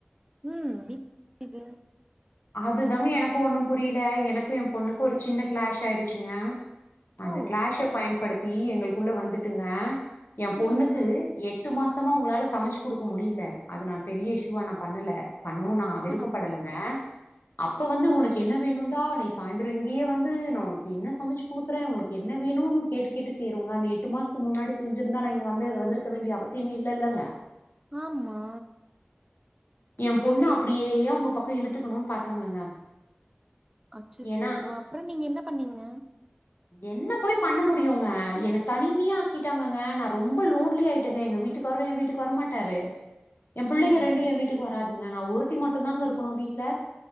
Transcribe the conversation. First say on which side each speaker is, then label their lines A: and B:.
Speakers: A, on the right (about 15°); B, on the left (about 60°).
A: ம் <inaudible> இது
B: அதுதாங்க எனக்கு ஒண்ணு புரியல எனக்கு எ பொண்ணுக்கு ஒரு சின்ன க்ளாஷ் ஆயிடுச்சுங்க அந்த
A: ஓ
B: க்ளஷ பயன்படுத்தி எங்களுக்குள்ள வந்துட்டுங்க எ பொண்ணுக்கு
A: ம் ம்
B: எட்டு மாசமா உங்களால சமச்சு குடுக்க முடியல அது நான் பெரிய இஷ்யூவா நான் பண்ணலே பண்ணவும் நா விருப்பப்படலேங்க
A: ஆம்
B: அப்ப வந்து ஒனக்கு என்ன வேணுன்டா நீ சாயந்தரோ இங்கயே வந்துரு நா ஒனக்கு என்ன சமச்சு குடுக்குற ஒனக் என்ன வேணுன்னு கேட்டு கேட்டு செய்யுருவுங்க அந்த எட்டு மாசத்துக்கு முன்னாடி செஞ்சிருந்தா நா இங்க வந்துரு வந்துருக்க வேண்டிய அவசியமே இல்லே இல்லேங்க
A: ஆமா
B: எம் பொண்ணு அப்படியே அவங்க பக்கோ இழுத்துக்கணுன் பாத்தாங்கங்க
A: அச்சச்சோ
B: ஏன்னா
A: அப்பறோ நீங்க என்ன பண்ணீங்க
B: என்ன போய் பண்ண முடியுங்க என்ன தனிமையா ஆக்கிட்டாங்கங்க நா ரொம்ப லோன்லி ஆய்ட்டேங்க எங்க வீட் வீட்டுக்காரு எ வீட்டுக்கு வர மாட்டாரு எ பிள்ளைங்க
A: ம்
B: ரெண்டு என் வீட் வராதுங்க நா ஒருத்தி மட்டுந் தாங்க இருக்கணு வீட்ல